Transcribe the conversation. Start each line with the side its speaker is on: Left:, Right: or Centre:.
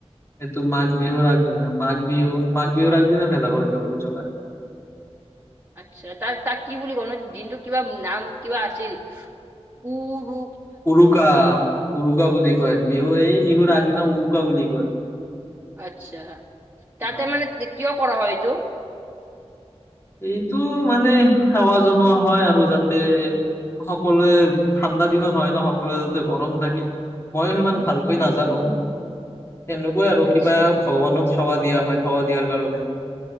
Left: এইটো মাঘ বিহু আগদিনা মাঘ বিহু মাঘ বিহু আগদিনা ভেলাঘৰ জ্বলাই।
Right: আচ্ছা তাৰ তাক কি বুলি কয় ন দিনটো কিবা নাম কিবা আছিল? উৰো
Left: উৰুকা উৰুকা বুলি কয় বিহু এই বিহুৰ আগদিনা উৰুকা বুলি কয়।
Right: আচ্ছা তাতে
Left: অ
Right: মানে কিয় কৰা হয় এইটো
Left: এইটো মানে সেৱা জনোৱা হয় আৰু যাতে সকলোৱে ঠাণ্ডা দিনত হয় ন সকলোৱে যাতে গৰম থাকে। ময়ো সিমান ভালকৈ নাজানো।
Right: <unintelligible>
Left: তেনেকুৱাই আৰু
Right: আচ্ছা
Left: কিবা ভগৱানত সেৱা দিয়া হয় সেৱা দিয়াৰ কাৰণে